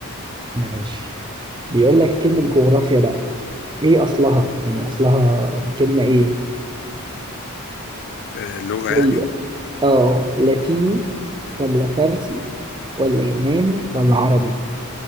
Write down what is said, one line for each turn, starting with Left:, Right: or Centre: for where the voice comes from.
Right: ماشي بيقول لك كلمة جغرافيا بقى ايه أصلها؟ يعني أصلها الكلمة ايه؟
Left: آه، لغة
Right: هي
Left: يعني
Right: اه لاتيني ولا فارسي ولا يوناني ولا عربي؟